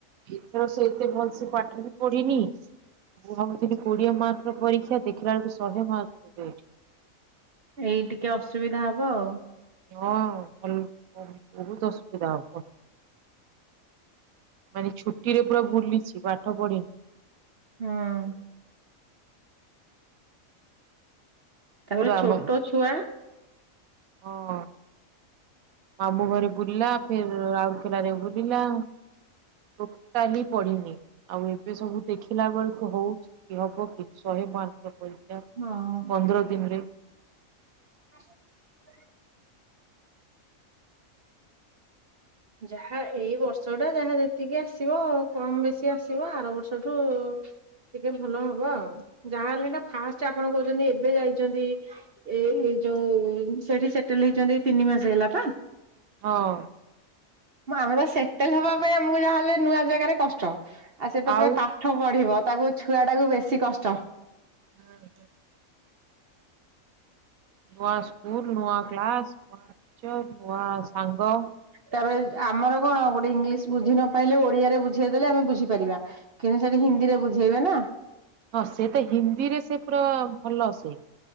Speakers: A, on the right (about 85°); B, on the right (about 50°).
A: ଏଥର ସେ ଏତେ ଭଲସ ପାଠ ବି ପଢିନି ମୁଁ ଭାବୁଥିଲି କୋଡିଏ ମାର୍କର ପରୀକ୍ଷା ଦେ୍ା ଦେଖିଲା ବେଳକୁ ଶହେ ମାର୍କ ଦେ
B: ଏଇ ଟିକେ ଅସୁବିଧା ହବ ଆଉ।
A: ହଁ ଭଲ ବହୁତ ଅସୁବିଧା <unintelligible> ମାନେ ଛୁଟି ରେ ପୁରା ବୁଲିଛି ପାଠ ପଢିନି।
B: ହଁ। ତାପର
A: ପୁରା
B: ଛୋଟ
A: ମ
B: ଛୁଆ।
A: ହଁ। ମାମୁଁ ଘରେ ବୁଲିଲା ଫେର ରାଉରକେଲ ରେ ବୁଲିଲା। ଟୋଟାଲି ପଢିନି ଆଉ ଏବେ ସବୁ ଦେଖିଲା ବେଳକୁ ହଉଛି କି ହବ କି? ଶହେ ମାର୍କର ଏକଯାମ
B: ହଁ।
A: ପନ୍ଦର ଦିନରେ
B: <unintelligible> ଯାହା ଏଇ ବର୍ଷ ଟା ଯାହା ଯେତିକି ଆସିବ କମ ବେଶୀ ଆସିବ ଆର ବର୍ଷଠୁ ଟିକେ ଭଲ ହବ ଆଉ। ଯାହାହଲେ ନା ଫାଷ୍ଟ ଆପଣ କହୁଛନ୍ତି ଏବେ ଯାଇଛନ୍ତି। ଏଇଇ ଯୋଉ ସେଠି ସେଟେଲ ହେଇଛନ୍ତି ଏ ତିନି ମାସ ହେଲା ବା।
A: ହଁ।
B: ଆମେ ତ ସେଟଲ ହବା ପାଇଁ ଆମକୁ ଯାହାହେଲେ ନୂଆ ଜାଗାରେ କଷ୍ଟ। ଆଉ ସେଟ
A: ଆଉ
B: ପୁରା
A: ହୁଁ
B: ପାଠ ପଢିବ ତାକୁ ଛୁଆ ଟାକୁ ବେଶୀ କଷ୍ଟ।
A: ହୁଁ ହୁଁ। ନୂଆ ସ୍କୁଲ ନୂଆ କ୍ଲାସ ନୂଆ ଟିଚର୍ ନୂଆ ସାଙ୍ଗ।
B: ତାପରେ ଯେ ଆମର କଣ ଗୋଟେ ଇଂଲିଶ ବୁଝି ନପାଇଲେ ଓଡିଆରେ ବୁଝେଇଦେଲେ ଆମେ ବୁଝିପାରିବା। କିନ୍ତୁ ସେଠି ହିନ୍ଦୀରେ ବୁଝେଇବେ ନା।
A: ହଁ ସେ ତ ହିନ୍ଦୀରେ ସେ ପୁରା ଭଲ ସେ।